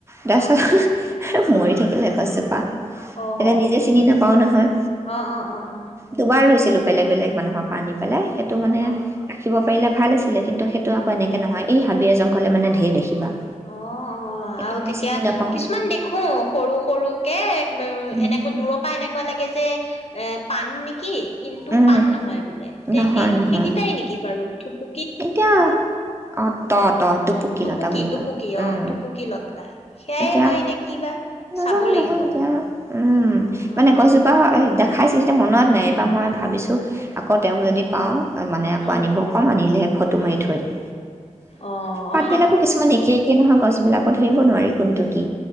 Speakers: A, on the right (about 20°); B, on the left (about 55°).
A: <unintelligible>
B: অ',
A: <unintelligible>
B: অহ,
A: এনে নিজে চিনি নাপাও নহয়,
B: অ', অ', অ',
A: দুবাৰ ৰুইছ <unintelligible> বেলেগ বেলেগ মানুহৰ পৰা আনি পেলাই। সেইটো মানে
B: অ',
A: শিকিব পাৰিলে ভাল আছিলে। কিন্তু সেইটো
B: উম।
A: আকৌ এনেকে নহয়, এই হাবিয়ে জং হলে মানে ধেৰ দেখিবা।
B: অ', অ',
A: কিন্তু
B: আৰু
A: আমি
B: তেতিয়া
A: চিনি নাপাওঁ
B: কিছুমান দেখো সৰু সৰুকে <unintelligible>
A: উম
B: এনেকৈ দূৰৰ পৰা এনেক এনেকুৱা লাগে যে, পাণ নিকি কিন্তু
A: উম
B: পাণ নহয় বোলে, তে
A: নহয়
B: সেই-সেইকেইটাই
A: নহয়
B: নেকি বাৰু থুপু
A: এতিয়া অ', ত-তহ টোপকী
B: টুপুকি,
A: লতা বুলি
B: টুপুকি
A: কয় উম
B: অ', টোপুকী লতা, সেয়াই
A: এতিয়া
B: হয় নে কি বা
A: নাজানো
B: চাব লাগিব
A: নহয় এতিয়া
B: ৰব
A: উম,
B: উম,
A: মানে গছজোপা খাইছিলো তেতিয়া মনত নাই বা মই ভাবিছোঁ আকৌ তেওঁক
B: উম,
A: যদি পাওঁ মানে আকৌ
B: উম,
A: আনিব ক'ম আনিলে ফটো
B: উম,
A: মাৰি থৈ দিম
B: অ',
A: পাত বিলাকো কিছুমান একে একে নহয় গছবিলাকত ধৰিব নোৱাৰি কোনটো কি।